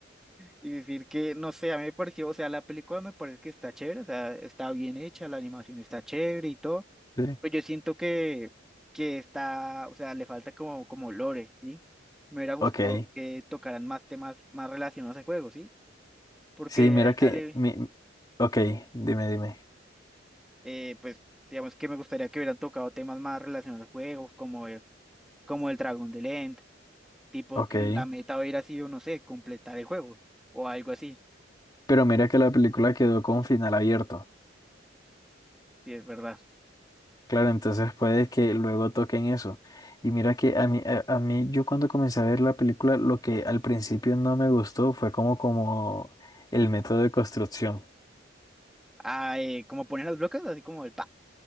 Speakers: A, in the centre; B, on the left (about 20°).
A: y decir que, no sé, a mí me pareció, o sea, la película me parece que está chévere, o sea, está bien hecha, la animación está chévere y todo.
B: Sí.
A: Pues yo siento que, que está, o sea, le falta como, como lore, ¿sí? Me hubiera gustado
B: Ok.
A: que tocaran más temas más relacionados al juego, ¿sí? Porque
B: Sí, mira
A: ahí
B: que...
A: sale,
B: Mi... Ok, dime, dime.
A: eh, pues, digamos que me gustaría que hubieran tocado temas más relacionados al juego, como, eh, como el dragón de End, tipo
B: Ok.
A: que la meta hubiera sido, no sé, completar el juego o algo así.
B: Pero mira que la película quedó con final abierto.
A: Sí, es verdad.
B: Claro, entonces puede que luego toquen eso. Y mira que a mí, a, a mí, yo cuando comencé a ver la película, lo que al principio no me gustó fue como, como el método de construcción.
A: Ah, eh, como ponen las bloques, así como el pa.